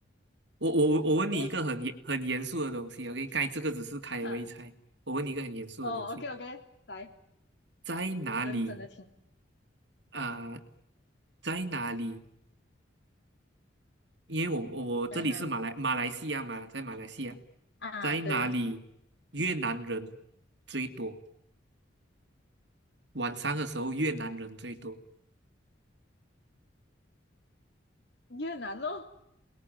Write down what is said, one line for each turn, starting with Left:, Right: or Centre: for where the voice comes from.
Right: 我我我我问你一个很严很严肃的东西，OK，
Left: 我你
Right: 该这个只是开胃菜。
Left: 啊，
Right: 我问你一个很严肃的东西，
Left: 哦，OK OK，来，
Right: 在哪里
Left: 认真的听
Right: 啊、
Left: 啊，
Right: 在哪里因为我我这里是马来马来西亚嘛，
Left: 在哪里
Right: 在马来西亚，
Left: 啊？
Right: 在哪里越南人
Left: 对，
Right: 最多？晚上的时候越南人最多，
Left: 越南咯，